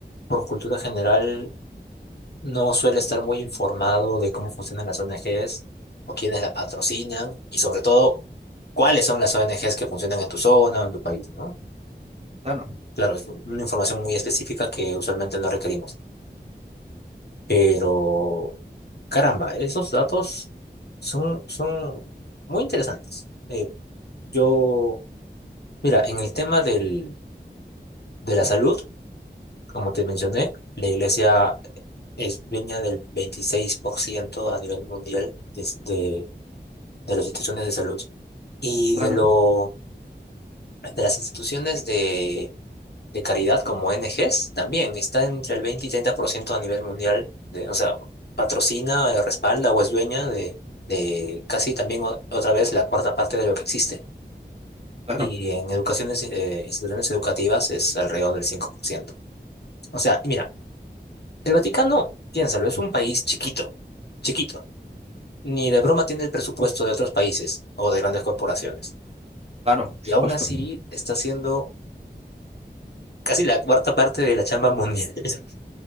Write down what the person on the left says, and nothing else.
por cultura general, no suele estar muy informado de cómo funcionan las ONGs o quiénes las patrocinan y sobre todo cuáles son las ONGs que funcionan en tu zona o en tu país, ¿no?
Claro, es una información muy específica que usualmente no requerimos. Pero, caramba, esos datos son, son muy interesantes. Eh, yo, mira, en el tema del, de la salud. Como te mencioné, la iglesia es dueña del 26% a nivel mundial de, de- de las instituciones de salud. Y
de, lo, de las instituciones de, de caridad como ONGs también está entre el 20 y 30% a nivel mundial. De, o sea, patrocina, eh, respalda o es dueña de, de casi también o- otra vez la cuarta parte de lo que existe.
Y en educaciones, eh, instituciones educativas es alrededor del cinco por ciento, O sea, mira, El Vaticano, piénsalo, es un país chiquito, chiquito. Ni de broma tiene el presupuesto de otros países o de grandes corporaciones.
Y
aún así está haciendo casi la cuarta parte de la chamba mundial. <laughs>